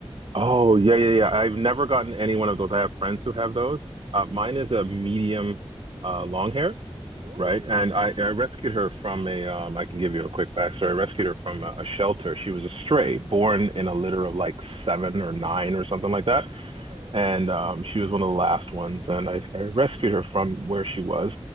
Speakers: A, on the right; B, on the right.
A: Oh, yeah, yeah, yeah. I've never gotten any one of those. I have friends who have those. Uh,
B: hmm
A: mine is a medium uh, long hair.
B: Ooh.
A: right? And I, I rescued her from a, um, I can give you a quick backstory. I rescued her from a, a shelter. She was a stray, born in a litter of like seven or nine or something like that.
B: hmm
A: And um, she was one of the last ones. And I, I rescued her from where she was.